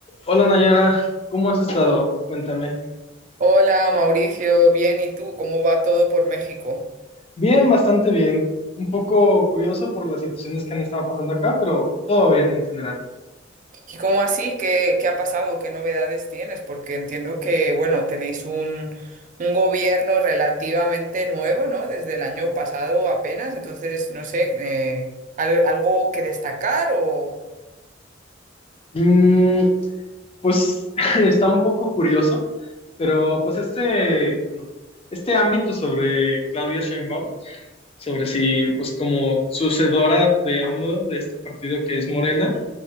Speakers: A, on the left; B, on the right.
A: Hola Nayara, ¿cómo has estado? Cuéntame.
B: Hola Mauricio, bien, ¿y tú? ¿Cómo va todo por México?
A: Bien, bastante bien. Un poco curioso por las situaciones que han estado pasando acá, pero todo bien en general.
B: ¿Y cómo así? ¿Qué, qué ha pasado? ¿Qué novedades tienes? Porque entiendo que, bueno, tenéis un, un gobierno relativamente nuevo, ¿no? Desde el año pasado apenas, entonces, no sé, eh, ¿al- ¿algo que destacar o...?
A: Mm, pues <laughs> está un poco curioso, pero pues este, bueno, este ámbito sobre Claudia Sheinbaum, sobre si pues como sucedora de AMLO, de este partido que es Morena,